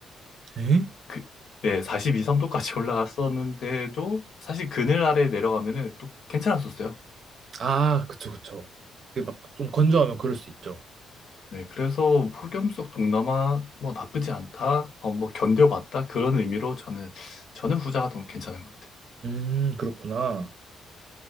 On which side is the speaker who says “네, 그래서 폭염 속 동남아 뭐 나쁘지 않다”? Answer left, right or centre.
Left